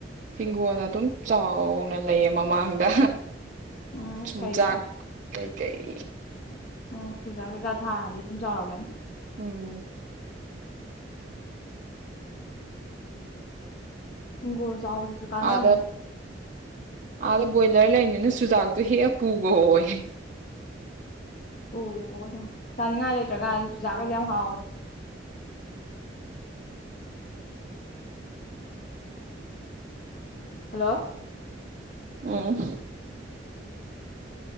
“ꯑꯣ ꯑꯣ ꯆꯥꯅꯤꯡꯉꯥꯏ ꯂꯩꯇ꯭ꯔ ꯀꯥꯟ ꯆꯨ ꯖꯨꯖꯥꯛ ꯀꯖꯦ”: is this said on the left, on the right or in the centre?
Left